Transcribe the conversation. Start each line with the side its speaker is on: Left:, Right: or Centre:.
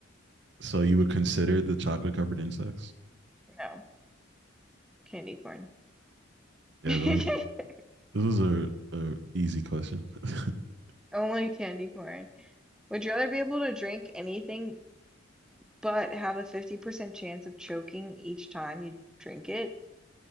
Right: So you would consider the chocolate covered insects?
Centre: No, candy corn.
Right: Yeah,
Centre: <laughs>
Right: those, those are a easy question. <laughs>
Centre: Only candy corn. Would you rather be able to drink anything but have a 50% chance of choking each time you drink it?